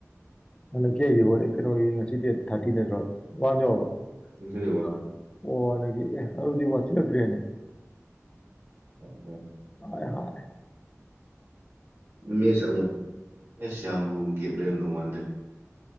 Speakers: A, on the left (about 20°); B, on the right (about 50°).
A: ꯍꯟꯗꯛꯀꯤ ꯑꯩꯒꯤ ꯍꯣꯔꯦ ꯀꯩꯅꯣꯒꯤ ꯉꯁꯤ ꯗꯦꯠ ꯊꯔꯇꯤ ꯅꯠꯇ꯭ꯔꯣ ꯋꯥꯟ ꯌꯎꯕ꯭ꯔꯣ
B: ꯉꯁꯤꯗꯤ ꯋꯥꯔꯦ
A: <unintelligible> ꯑꯣ ꯍꯟꯗꯛꯒꯤ ꯑꯦ ꯑꯗꯨꯗꯤ ꯋꯥꯠꯁꯤꯜꯂꯛꯇ꯭ꯔꯦꯅꯦ
B: ꯑꯣꯠꯇꯔ꯭ꯦ
A: ꯍꯥꯏ ꯍꯥꯏ
B: ꯃꯦꯁ ꯑꯃꯨꯛ ꯃꯦꯁ ꯌꯥꯝꯕꯨ ꯒꯦꯞ ꯂꯩꯔꯝꯗꯧ ꯃꯥꯟꯗꯦ